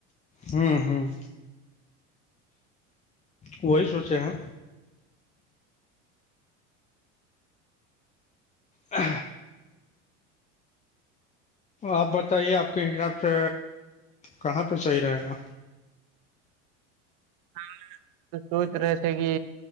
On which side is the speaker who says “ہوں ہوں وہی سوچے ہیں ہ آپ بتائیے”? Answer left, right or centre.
Left